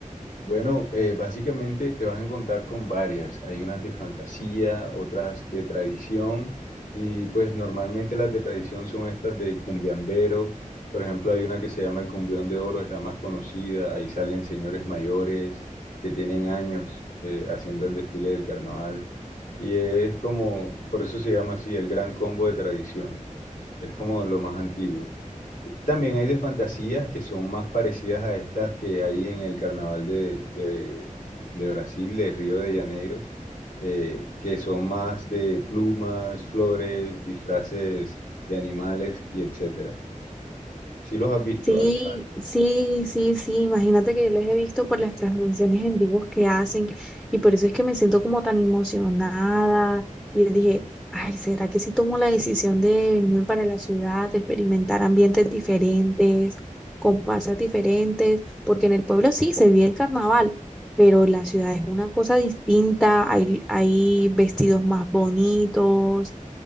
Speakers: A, on the left (about 85°); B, in the centre.
A: Bueno, eh, básicamente te vas a encontrar con varias. Hay unas de fantasía, otras de tradición y pues normalmente las de tradición son estas de cumbiambero. Por ejemplo, hay una que se llama el Cumbión de Oro, es la más conocida. Ahí salen señores mayores que tienen años eh, haciendo el desfile del carnaval. Y es como, por eso se llama así, el gran combo de tradición. Es como lo más antiguo. También hay de fantasías que son más parecidas a estas que hay en el carnaval de, de- de Brasil, de Río de Janeiro, eh, que son más de plumas, flores, disfraces de animales y etcétera. ¿Sí los has visto?
B: Sí,
A: algo?
B: sí, sí, sí, imagínate que yo los he visto por las transmisiones en vivos que hacen y por eso es que me siento como tan emocionada. Y yo dije, ay, ¿será que si tomo la decisión de venirme para la ciudad, de experimentar ambientes diferentes, con pasas diferentes? Porque en el pueblo sí se vive el carnaval, pero la ciudad es una cosa distinta, hay, hay vestidos más bonitos